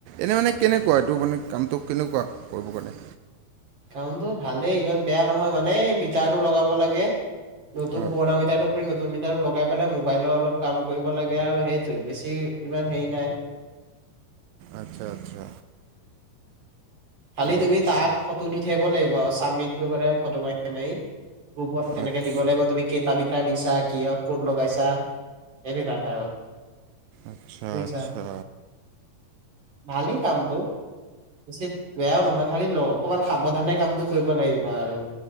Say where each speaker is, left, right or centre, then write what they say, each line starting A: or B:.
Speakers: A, on the right; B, on the right.
A: এনে মানে কেনেকুৱা এইটো মানে কামটো কেনেকুৱা কৰিবৰ কাৰণে
B: কামটো ভালেই ইমান বেয়া নহয় মানে মিটাৰটো লগাব লাগে। নতুন
A: হয়
B: পুৰণা মিটাৰটো নতুন মিটাৰ লগাই পেলাই মোবাইলৰ অলপ কাম কৰিব লাগে আৰু সেইটো বেছি ইমান হেৰি নাই
A: আচ্ছা আচ্ছা
B: খালী
A: আচ্ছা
B: তুমি তাত পঠিয়াব লাগিব আৰু চাবমিট কৰিব লাগিব ফটো মাৰি মাৰি গ্ৰুপত তেনেকে
A: আচ্ছা
B: দিব লাগিব তুমি কেইটা কিমান দিছা কিহঁত কত লগাইছা এইবিলাক আৰু
A: আচ্ছা
B: বুজিছা
A: আচ্ছা
B: ভালেই কামটো বেছিত বেয়াও নহয় খালি লওঁ অকমান সাৱধানে কামতটো কৰিব লাগিব আৰু